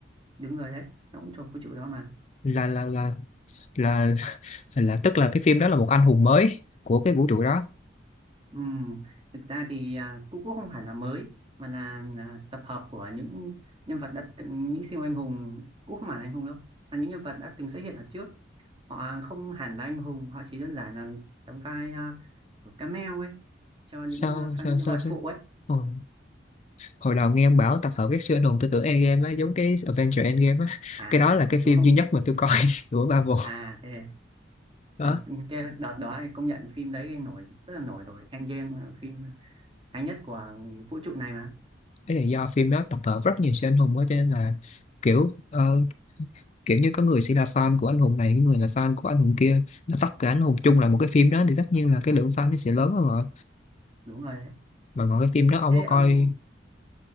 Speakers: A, on the right; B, on the left.
A: đúng rồi đấy. Nó cũng thuộc vũ trụ đó mà.
B: là là là là là tức là cái phim đó là một anh hùng mới của cái vũ trụ đó
A: Ừ, thực ra thì à, cũng cũng không hẳn là mới mà là, là tập hợp của những nhân vật đã từng, những siêu anh hùng cũng không hẳn là anh hùng đâu là những nhân vật đã từng xuất hiện ở trước họ không hẳn là anh hùng họ chỉ đơn giản là đóng vai à, kiểu cameo ấy cho những
B: sao
A: à, fan
B: sao
A: nhân
B: sao
A: vật
B: sao
A: phụ ấy
B: Ờ. hồi đầu nghe ông bảo tập hợp các siêu anh hùng tôi tưởng Endgame á giống cái Avengers Endgame á
A: à
B: cái đó là
A: à,
B: cái phim
A: đúng không
B: duy nhất mà tôi coi <laughs> của Marvel
A: à thế
B: đó
A: à, cái đợt đó thì công nhận phim đấy nổi rất là nổi rồi Endgame là phim hay nhất của vũ trụ này mà
B: cái là do phim đó tập hợp rất nhiều siêu anh hùng á cho nên là kiểu ờ, kiểu như có người sẽ là fan của anh hùng này có người là fan của anh hùng kia là tất cả anh hùng chung là một cái phim đó thì tất nhiên là cái lượng fan nó sẽ lớn hơn rồi
A: đúng rồi đấy
B: mà còn cái phim đó ông
A: thế
B: có coi
A: ông